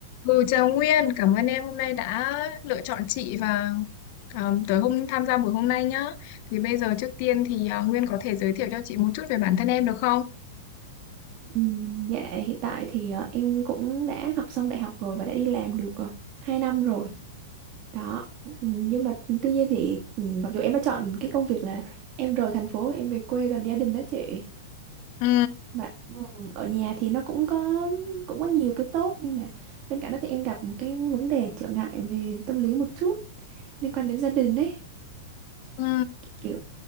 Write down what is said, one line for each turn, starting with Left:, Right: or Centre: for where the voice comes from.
Left: Ừ, chào Nguyên, cảm ơn em hôm nay đã lựa chọn chị và um, tới hôm tham gia buổi hôm nay nhá. Thì bây giờ trước tiên thì à, Nguyên có thể giới thiệu cho chị một chút về bản thân em được không?
Right: Ừ, Dạ hiện tại thì ờ, em cũng đã học xong đại học rồi và đã đi làm được uh, 2 năm rồi đó Ừ, nhưng mà tuy nhiên thì ừ, mặc dù em đã chọn cái công việc là em rời thành phố và em về quê gần gia đình đó chị
Left: Ừ,
Right: mà ừ, ở nhà thì nó cũng có cũng có nhiều cái tốt nhưng mà bên cạnh đó thì em gặp một cái vấn đề trở ngại về tâm lý một chút liên quan đến gia đình ấy
Left: ừ,
Right: kiểu